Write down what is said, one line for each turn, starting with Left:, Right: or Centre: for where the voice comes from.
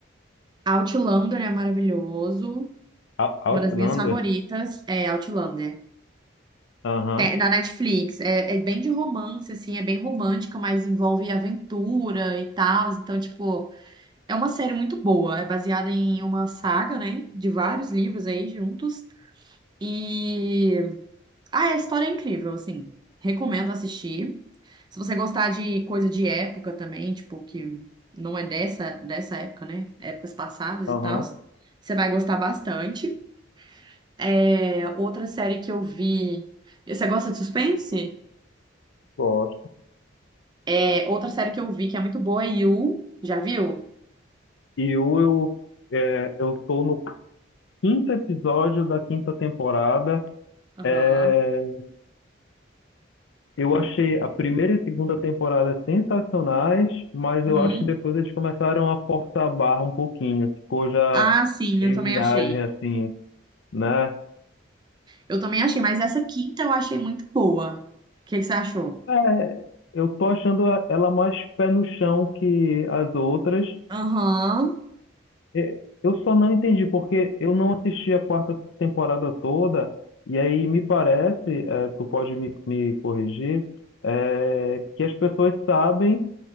Right: Outlander é maravilhoso.
Left: Au- Outlander?
Right: Uma das minhas favoritas é Outlander.
Left: Aham,
Right: Tem- Na Netflix, é, é bem de romance, assim, é bem romântica, mas envolve aventura e tal. Então, tipo, é uma série muito boa. É baseada em uma saga, né? De vários livros aí juntos. E. Ah, a história é incrível, assim. Recomendo assistir. Se você gostar de coisa de época também, tipo, que não é dessa, dessa época, né? Épocas passadas
Left: aham,
Right: e tal, você vai gostar bastante. É, outra série que eu vi. Você gosta de suspense?
Left: gosto.
Right: É, outra série que eu vi que é muito boa é You. Já viu?
Left: E eu, eu, é, eu tô no quinto episódio da quinta temporada.
Right: Aham.
Left: É, eu achei a primeira e segunda temporada sensacionais, mas
Right: Uhum.
Left: eu acho que depois eles começaram a forçar a barra um pouquinho. Ficou já
Right: Ah, sim,
Left: meio
Right: eu também
Left: viagem
Right: achei.
Left: assim, né?
Right: Eu também achei, mas essa quinta eu achei muito boa. O que que você achou?
Left: É, eu tô achando a- ela mais pé no chão que as outras.
Right: Aham.
Left: E- Eu só não entendi, porque eu não assisti a quarta temporada toda, e aí me parece, eh, tu pode me, me corrigir, eh, que as pessoas sabem